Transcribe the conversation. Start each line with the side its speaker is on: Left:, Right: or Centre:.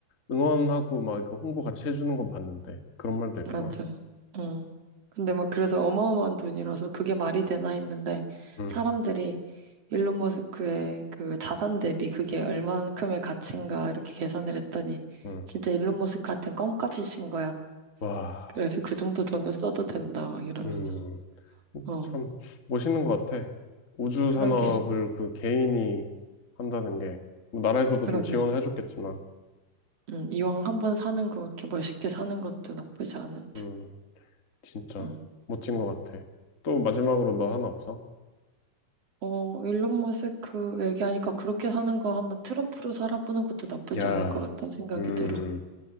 Left: 응원하고 막 이거 홍보 같이 해주는 건 봤는데, 그런 말도 했구나.
Right: 맞아. 응. 근데 막 그래서 어마어마한 돈이라서 그게 말이 되나 했는데
Left: 응,
Right: 사람들이 일론 머스크의 그 자산 대비 그게 얼만큼의 가치인가 이렇게 계산을 했더니
Left: 응.
Right: 진짜 일론 머스크한테는 껌값이신 거야.
Left: 와,
Right: 그래서 그 정도 돈을 써도 된다, 막 이러면서.
Left: 음,
Right: 어,
Left: 참 멋있는 것 같아. 우주
Right: 그러게,
Left: 산업을 그 개인이 한다는 게, 뭐 나라에서도
Right: 그러게.
Left: 좀 지원을 해줬겠지만,
Right: 음, 이왕 한 번 사는 거, 이렇게 멋있게 사는 것도 나쁘지 않을 듯.
Left: 음, 진짜
Right: 음.
Left: 멋진 것 같아. 또 마지막으로 너 하나 없어?
Right: 어, 일론 머스크 얘기하니까 그렇게 사는 거 한번 트럼프로 살아보는 것도 나쁘지
Left: 야,
Right: 않을 것 같다는 생각이
Left: 음,
Right: 들어.